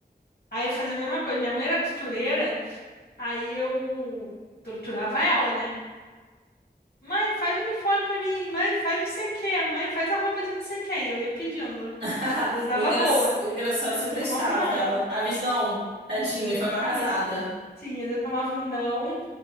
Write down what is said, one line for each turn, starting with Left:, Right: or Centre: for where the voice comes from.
Left: Aí eu fazia a mesma coisa. Minha mãe era costureira, aí eu torturava ela, né? Mãe, faz uniforme pra mim. Mãe, faz não sei o quê. Mãe, faz a roupa de não sei quem. Eu ia pedindo.
Right: <laughs>
Left: Às vezes dava
Right: O engra-
Left: boa.
Right: o engraçado
Left: Às
Right: se
Left: vezes
Right: prestava
Left: eu tomava um não.
Right: ela. A Viz não, tadinha,
Left: Às vezes,
Right: foi arrasada.
Left: às- sim, às vezes eu tomava um não.